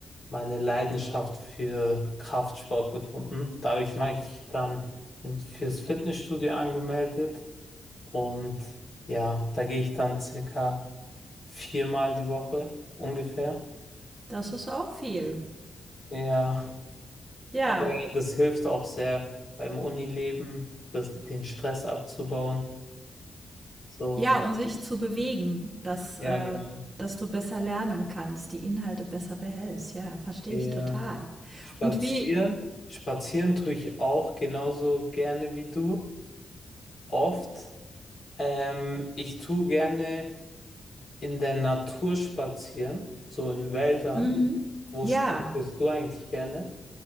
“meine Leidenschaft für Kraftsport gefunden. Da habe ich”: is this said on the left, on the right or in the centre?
Left